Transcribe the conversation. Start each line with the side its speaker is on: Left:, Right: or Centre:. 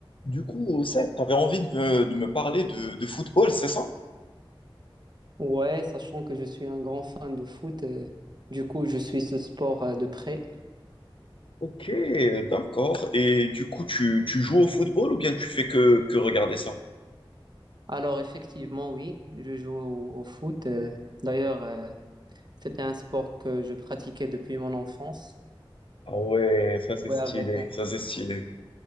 Left: Du coup, ça, t'avais envie de me, de me parler de, de football, c'est ça?
Right: Ouais, sachant que je suis un grand fan de foot, euh, du coup, je suis ce sport euh, de près.
Left: Ok, d'accord. Et du coup, tu, tu joues au football ou bien tu fais que, que regarder ça?
Right: Alors, effectivement, oui, je joue au, au foot. euh, d'ailleurs, euh, c'était un sport que je pratiquais depuis mon enfance.
Left: Ah ouais, ça c'est
Right: Ouais,
Left: stylé,
Right: avec, euh,
Left: ça c'est stylé.